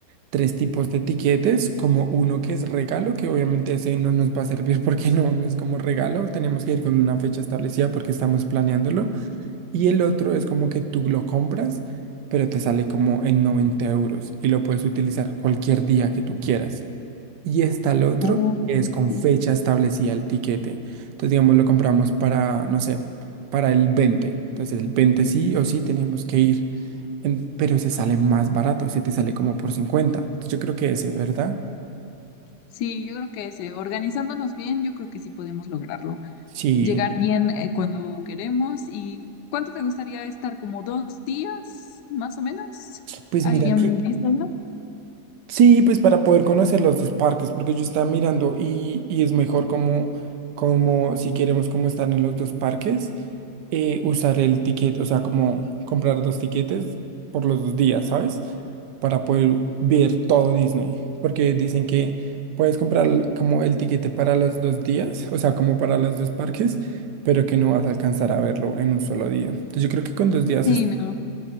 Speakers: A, on the right; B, on the left.
A: tres tipos de tiquetes, como uno que es regalo, que obviamente ese no nos va a servir <laughs> porque no, no es como regalo, tenemos que ir con una fecha establecida porque estamos planeándolo, y el otro es como que tú lo compras, pero te sale como en 90 euros y lo puedes utilizar cualquier día que tú quieras. Y está el otro
B: Oh,
A: que
B: ok.
A: es con fecha establecida el tiquete. Entonces, digamos, lo compramos para, no sé, para el veinte Entonces, el 20 sí o sí tenemos que ir en- pero se sale más barato, se te sale como por cincuenta Entonces, Yo creo que ese, ¿verdad?
B: Sí, yo creo que ese, organizándonos bien, yo creo que sí podemos lograrlo.
A: Sí.
B: Llegar bien eh, cuando queremos. ¿Y cuánto te gustaría estar? ¿Como dos días, más o menos?
A: Pues
B: Ahí
A: mira
B: en Disneyland.
A: Sí, pues para poder conocer los dos parques, porque yo estaba mirando y, y es mejor como, como si queremos como estar en los dos parques, eh, usar el ticket, o sea, como comprar dos tiquetes por los dos días, ¿sabes? Para poder ver todo Disney, porque dicen que puedes comprar el- como el tiquete para los dos días, o sea, como para los dos parques, pero que no vas a alcanzar a verlo en un solo día. Entonces yo creo que con dos días
B: Sí,
A: es,
B: no.